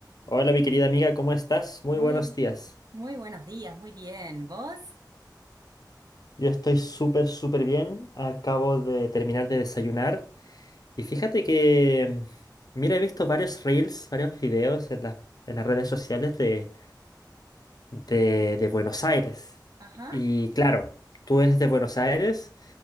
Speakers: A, on the left (about 60°); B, on the right (about 60°).
A: Hola, mi querida amiga, ¿cómo estás? Muy
B: Muy,
A: buenos días.
B: muy buenos días, muy bien. ¿Vos?
A: Yo estoy súper, súper bien. Acabo de terminar de desayunar. Y fíjate que, mm, mira, he visto varios reels, varios videos en las, en las redes sociales de, de, de Buenos Aires.
B: Ajá.
A: Y claro, tú eres de Buenos Aires.